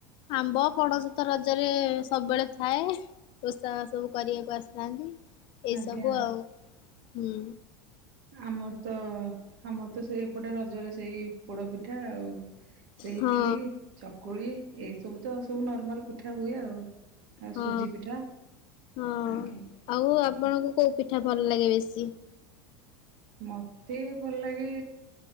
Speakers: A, on the left (about 50°); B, on the right (about 70°).
A: ଆମ୍ବ ପଣସ ତ ରଜରେ ସବୁବେଳେ ଥାଏ ଓଷା ସବୁ କରିବାକୁ ଆସିଥାନ୍ତି। ଏଇସବୁ
B: ଆଜ୍ଞା।
A: ଆଉ ହୁଁ।
B: ଆମର ତ ଆମର ତ ସେ ଏପଟେ ରଜରେ ସେଇ ପୋଡ ପିଠା ଆଉ ସେ ଇଟଲି
A: ହଁ
B: ଚକୁଳି ଏଇ ସବୁ ତ ସବୁ ନର୍ମାଲ ପିଠା ହୁଏ ଆଉ ଆଉ
A: ହଁ
B: ସୁଜି ପିଠା
A: ହଁ
B: ଆଜ୍ଞା।
A: ଆଉ ଆପଣଙ୍କୁ କୋଉ ପିଠା ଭଲ ଲାଗେ ବେଶୀ
B: ମତେ ଭଲ ଲାଗେ